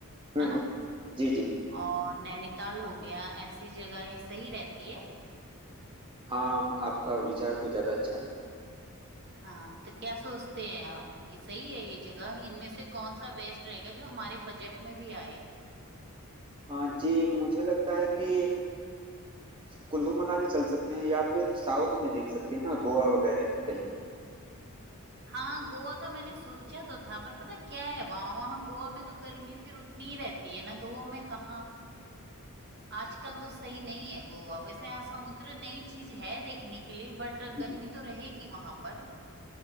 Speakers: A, on the right; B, on the right.
A: हम्म
B: है ना
A: हम्म जी जी
B: और नैनीताल हो गया ऐसी जगहें सही रहती है
A: हाँ आपका विचार तो ज्यादा अच्छा है
B: हाँ तो क्या सोचते हैं आप कि सही है ये जगह इनमें से कौन सा बेस्ट रहेगा जो हमारे बजट में भी आए
A: हाँ जी मुझे लगता है कि अ, कुल्लू मनाली चल सकते हैं या फिर साउथ में देख सकते हैं ना गोवा वगैरह कहीं
B: हाँ गोवा का मैंने सोचा तो था पर पता क्या है वहां वहां गोवा में तो गर्मी फिर उतनी ही रहती है ना गोवा में कहाँ आजकल
A: हाँ
B: तो सही नहीं है गोवा वैसे हाँ समुद्र नई चीज है देखने के लिए बट
A: हम्म,
B: गर्मी तो रहेगी वहां पर